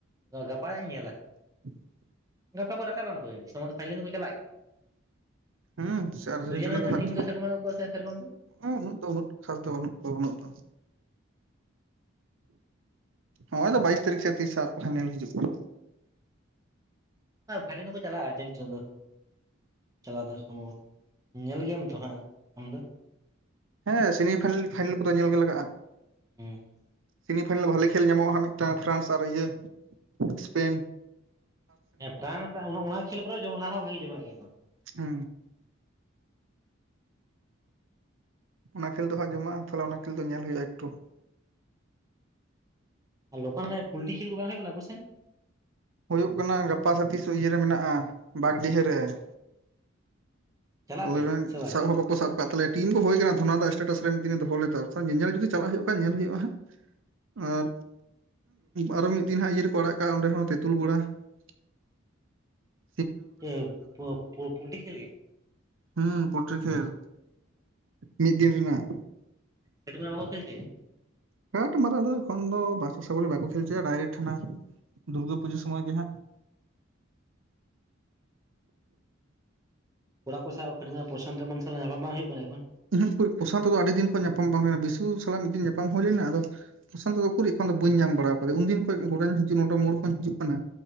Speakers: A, on the right; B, on the right.
A: ᱱᱚᱣᱟ ᱜᱟᱯᱟ ᱦᱟᱸᱜ ᱤᱧ ᱧᱮᱞᱟ᱾ ᱾
B: <unintelligible>
A: ᱜᱟᱯᱟ ᱠᱚ ᱨᱟᱠᱟᱵᱼᱟ ᱩᱱᱠᱚ ᱜᱮ, ᱥᱮᱢᱤ ᱯᱷᱟᱭᱱᱮᱞ ᱨᱮᱠᱚ ᱪᱟᱞᱟᱜᱼᱼ
B: ᱦᱩᱸ ᱟᱨᱡᱮᱱᱴᱤᱱᱟ
A: ᱥᱩᱭᱡᱟᱨᱞᱮᱱᱰ
B: ᱦᱟᱸᱜ
A: ᱴᱤᱢ ᱫᱚ ᱥᱮᱨᱚᱠᱚᱢ ᱠᱚᱥ ᱥᱮᱨᱚᱠᱚᱢ ᱛᱚ?
B: ᱩᱱᱟᱹᱜ ᱫᱚ ᱩᱱᱟᱹᱜ ᱠᱷᱟᱥ ᱫᱚ ᱵᱟᱹᱱᱩᱜ ᱠᱚᱣᱟ ᱩᱱᱟᱹᱜ ᱫᱚ ᱾ ᱦᱜᱚᱭ ᱛᱚ ᱵᱟᱭᱤᱥ ᱛᱟᱹᱨᱤᱠᱷ ᱥᱮ ᱛᱤᱥᱟᱜ ᱯᱷᱭᱱᱮᱞ ᱦᱟᱸᱜ ᱦᱤᱡᱩᱜ ᱠᱟᱱᱟ ᱾
A: ᱦᱟᱸᱜ ᱯᱷᱟᱭᱱᱮᱞ ᱫᱚᱠᱚ ᱪᱟᱞᱟᱜᱼᱟ ᱟᱨᱡᱮᱱᱴᱤᱱ ᱫᱚ ᱾ ᱪᱟᱞᱟᱣ ᱫᱚ ᱥᱚᱢᱵᱷᱚᱵᱚᱛᱚ, ᱧᱮᱞ ᱜᱮᱭᱟᱢ ᱛᱚ ᱦᱟᱸᱜ ᱟᱢ ᱫᱚ?
B: ᱦᱮᱸ ᱥᱮᱢᱤ ᱯᱷᱟᱭᱱᱮᱞ ᱯᱷᱟᱭᱱᱮᱞ ᱠᱚᱫᱚ ᱧᱮᱞ ᱜᱮ ᱞᱟᱜᱟᱜᱼᱟ ᱾
A: ᱦᱮᱸ
B: ᱥᱮᱢᱤ ᱯᱷᱟᱭᱱᱟᱞ ᱵᱷᱟᱞᱮ ᱠᱷᱮᱞ ᱧᱟᱢᱚᱜᱼᱟ ᱦᱟᱸᱜ ᱢᱤᱫᱴᱟᱝ ᱯᱷᱨᱟᱱᱥ ᱟᱨ ᱤᱭᱟᱹ ᱤᱥᱯᱮᱱ ᱾
A: ᱦᱮᱸ ᱯᱨᱟᱱ ᱚᱱᱟ ᱚᱱᱟ ᱦᱚᱸ ᱠᱷᱮᱞ ᱵᱚᱨᱚᱝ ᱚᱱᱟ ᱦᱚᱸ ᱵᱷᱟᱜᱮ ᱡᱚᱢᱟᱜ ᱜᱮᱭᱟ ᱾
B: ᱦᱩᱸ ᱾ ᱚᱱᱟ ᱠᱷᱮᱞ ᱫᱚ ᱦᱟᱸᱜ ᱡᱚᱢᱟᱜᱼᱟ, ᱛᱟᱦᱟᱞᱮ ᱚᱱᱟ ᱠᱷᱮᱞ ᱫᱚ ᱧᱮᱞ ᱦᱩᱭᱩᱜᱼᱟ ᱮᱠᱴᱩ ᱾
A: ᱟᱨ ᱞᱳᱠᱟᱞ ᱚᱱᱮ ᱯᱩᱞᱴᱤ ᱠᱷᱮᱞ ᱠᱚ ᱵᱟᱝ ᱦᱩᱭᱩᱜ ᱠᱟᱱᱟ ᱟᱵᱚ ᱥᱮᱫ?
B: ᱦᱩᱭᱩᱜ ᱠᱟᱱᱟ ᱜᱟᱯᱟ ᱥᱮ ᱛᱤᱥ ᱤᱭᱟᱹ ᱨᱮ ᱢᱮᱱᱟᱜᱼᱟ, ᱵᱟᱜᱽᱰᱤᱦᱟᱹ ᱨᱮ ᱾
A: ᱪᱟᱞᱟᱜ
B: <unintelligible>
A: ᱟᱯᱮ ᱥᱮ ᱵᱟᱝ?
B: ᱥᱟᱵ ᱦᱚᱸ ᱵᱟᱠᱚ ᱥᱟᱵ ᱟᱠᱟᱫ ᱛᱟᱞᱮᱭᱟ, ᱴᱤᱢ ᱠᱚ ᱦᱳᱭ ᱠᱟᱱᱟ ᱛᱚ ᱚᱱᱟ ᱫᱚ ᱮᱴᱮᱴᱟᱥ ᱨᱮ ᱢᱤᱫ ᱫᱤᱱ ᱮ ᱫᱚᱦᱚ ᱞᱮᱫᱟ, ᱧᱮᱧᱮᱞ ᱡᱩᱫᱤ ᱪᱟᱞᱟᱜ ᱦᱩᱭᱩᱜ ᱠᱷᱟᱡ ᱧᱮᱞ ᱦᱩᱭᱩᱜᱼᱟ ᱦᱟᱸᱜ ᱾ ᱟᱨ ᱟᱨᱚ ᱢᱤᱫ ᱫᱤᱱ ᱦᱟᱸᱜ ᱤᱭᱟᱹ ᱨᱮᱠᱚ ᱟᱲᱟᱜ ᱠᱟᱜᱼᱟ ᱚᱸᱰᱮ ᱦᱚᱸ ᱛᱩᱞᱜᱚᱲᱟ ᱾
A: ᱪᱮ ᱯᱚ ᱯᱳᱞᱴᱤ ᱠᱤᱱ ᱞᱟᱹᱜᱤᱫ?
B: ᱦᱩᱸ ᱯᱳᱞᱴᱨᱤ ᱠᱷᱮᱞ, ᱢᱤᱫ ᱫᱤᱱ ᱨᱮᱱᱟᱜ᱾
A: ᱦᱮᱴ ᱢᱟ ᱵᱚᱞ ᱛᱮᱠᱤ᱾
B: ᱠᱟᱴ ᱢᱟᱨᱟᱣ ᱫᱚ ᱮᱠᱷᱚᱱ ᱫᱚ ᱵᱟᱨᱥᱟ ᱥᱟᱜᱚᱨ ᱵᱟᱠᱚ ᱠᱷᱮᱞ ᱦᱪᱚᱭᱟ ᱰᱟᱭᱨᱮᱠᱴ ᱦᱟᱱᱟ ᱫᱩᱨᱜᱟᱹ ᱯᱩᱡᱟᱹ ᱥᱚᱢᱳᱭ ᱜᱮ ᱦᱟᱸᱜ᱾
A: ᱠᱚᱲᱟ ᱠᱚ ᱥᱟᱶ <unintelligible> ᱯᱨᱚᱥᱟᱱᱛᱚ ᱮᱢᱚᱱ ᱥᱟᱞᱟᱜ ᱧᱟᱯᱟᱢ ᱵᱟᱝ ᱦᱩᱭᱩᱜ ᱠᱟᱱᱟ ᱮᱠᱷᱚᱱ?
B: ᱩᱸᱦᱩᱸᱜ ᱩᱠᱩᱨᱤᱡ ᱯᱨᱚᱥᱟᱱᱛᱚ ᱟᱹᱰᱤ ᱫᱤᱱ ᱠᱷᱚᱡ ᱧᱟᱯᱟᱢ ᱵᱟᱝ ᱦᱩᱭ ᱵᱤᱥᱩ ᱥᱟᱞᱟᱜ ᱢᱤᱫ ᱫᱤᱱ ᱧᱟᱯᱟᱢ ᱦᱩᱭ ᱞᱮᱱᱟ ᱟᱫᱚ ᱯᱨᱚᱥᱟᱱᱛᱚ ᱫᱚ ᱩᱠᱩᱨᱤᱡ ᱮᱠᱷᱚᱱ ᱫᱚ ᱵᱟᱹᱧ ᱧᱟᱢ ᱵᱟᱲᱟᱣ ᱠᱟᱫᱤ ᱩᱱᱫᱤᱱ ᱠᱷᱚᱡ ᱜᱚᱰᱮᱱ ᱦᱤᱡᱩᱜ ᱱᱚᱰᱮ ᱢᱳᱲ ᱠᱷᱚᱱ ᱦᱤᱡᱩᱜ ᱠᱟᱱᱟ᱾